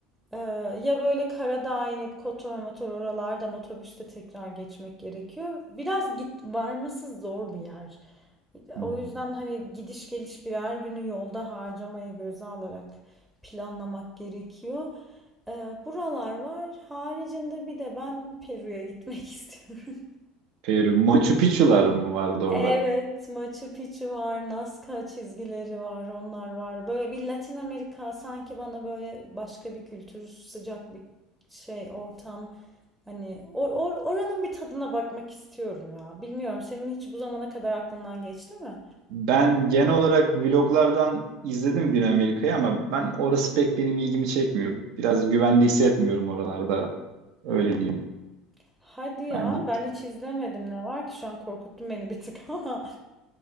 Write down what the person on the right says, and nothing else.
hmm.
Peru. Machu Picchu'lar mı vardı orada?
Ben genel olarak vloglardan izledim Güney Amerika'yı ama ben orası pek benim ilgimi çekmiyor. Biraz güvende hissetmiyorum oralarda. Öyle
diyeyim
bence.